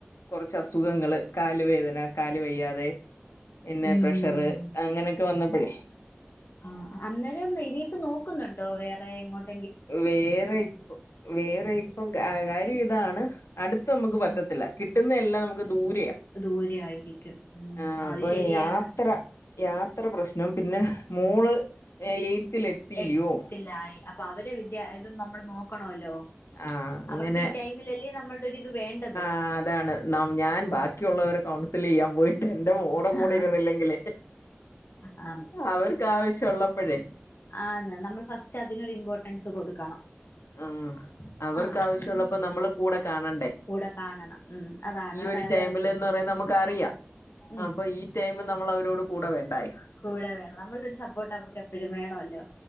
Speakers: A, on the left; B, on the left.
A: കൊറച്ച് അസുഖങ്ങള് കാല് വേദന കാല് വയ്യാതെ പിന്നെ
B: ഉം
A: പ്രഷർ അങ്ങനെയൊക്കെ വന്നപ്പെഴ്
B: ആഹ് അന്നേരം ഇനിയിപ്പ നോക്കുന്നുണ്ടോ വേറെ എങ്ങോട്ട്
A: വേറെ ഇപ്പം വേറെ ഇപ്പം കാര്യം ഇതാണ് അടുത്ത നമുക്ക്
B: ഉം
A: പറ്റത്തില്ല കിട്ടുന്നതെല്ലാം നമുക്ക് ദൂരെയാ
B: ദൂരെ ആയിരിക്കും ഉം
A: ആഹ്
B: അത്
A: അപ്പൊ
B: ശരിയാ
A: യാത്ര യാത്ര പ്രശ്നം പിന്നെ മോള് എയ്ത്തിൽ എത്തിയിലോ
B: എട്ടിലായി അപ്പൊ അവരെ വിദ്യ ഇത് നമ്മള് നോക്കണല്ലോ
A: ആഹ് അങ്ങനെ
B: അവർക്ക് ഈ ടൈമിലല്ലേ നമ്മൾ ടിതി ഇത് വേണ്ടത്
A: ആഹ് അതാണ് ഞാൻ ബാക്കിയുള്ളവരെ കൗൺസിലിയ്യാൻ പോയി എന്റെ മോൾടെ കൂടെ
B: ആ
A: ഇരുന്നില്ലെങ്കിലേ
B: ആ
A: അവർക്ക് ആാവശ്യമുള്ളപ്പഴേ
B: ആഹ് നമ്മൾ ഫസ്റ്റ് അതിനൊരു ഇമ്പോർട്ടൻസ് കൊടുക്കണം
A: ആഹ് അവർക്ക്
B: ആ
A: ആവശ്യുള്ളപ്പോ
B: അതെന്താ
A: നമ്മള് കൂടെ കാണണ്ടേ
B: കൂടെ കാണണം ഉം അതാണ്
A: ഈയൊരു
B: അതായത്
A: ടൈമില്ന്ന് പറയണത് നമുക്ക് അറിയാം
B: ഉം
A: അപ്പൊ ഈ ടൈം നമ്മള് അവരോട് കൂടെ വേണ്ടായൊ
B: കൂടെ വേണം നമ്മളൊരു സപ്പോർട്ട് അവർക്ക് എപ്പോഴും വേണല്ലോ